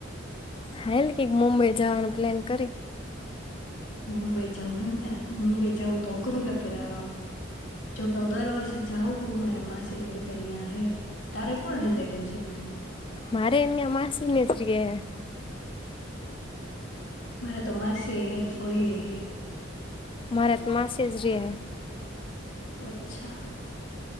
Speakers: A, on the left; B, on the left.
A: હાલ કઈક મુંબઈ જવાનું પ્લાન કરી.
B: મુંબઈ જાઉં હેમ ને! મુંબઈ જાઉં તો અઘરું હે પડે જોકે, હું દર વર્ષે જાઉ હું મારા માસી ને એ બધાં ન્યાં હે તારે કોણ રિલેટિવ છે‌ ત્યાં?
A: મારેય ન્યાં યા માસી ને એજ રહે છે.
B: મારા તો માસીય હેં ને ફઇય હેં.
A: મારા એક માસી જ રહે છે.
B: અચ્છા..